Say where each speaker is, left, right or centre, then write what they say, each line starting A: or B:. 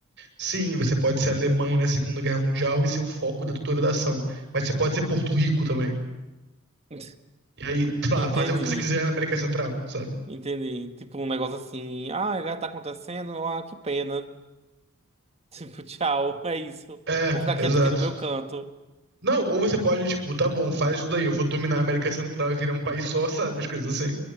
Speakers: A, on the right; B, on the right.
A: Sim, você pode ser a Alemanha na Segunda Guerra Mundial e ser o foco da toda da ação. Mas você pode ser Porto Rico também.
B: <laughs>
A: E aí, sei lá,
B: Entendi,
A: fazer o que você quiser na América Central, sabe?
B: entendi. Tipo um negócio assim, ah, agora tá acontecendo, ah, que pena. <laughs> Tipo, tchau, é isso.
A: É,
B: Vou ficar
A: exato.
B: quieto aqui no meu canto.
A: Não, ou você pode, tipo, tá bom, faz isso daí, eu vou dominar a América Central e virar um país só, <laughs> sabe? As coisas assim.